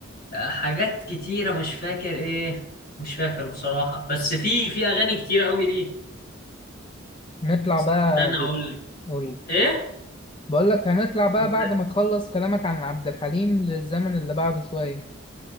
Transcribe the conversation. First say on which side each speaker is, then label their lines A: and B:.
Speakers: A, on the left (about 45°); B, on the left (about 25°).
A: آه، حاجات كتيرة مش فاكر ايه مش فاكر بصراحة بس في في اغاني كتيرة قوي ليه
B: نطلع
A: استنى
B: بقى
A: هقول لك
B: قول
A: ايه
B: بقول لك هنطلع بقى
A: و...
B: بعد ما تخلص كلامك عن عبد الحليم للزمن اللي بعده شوية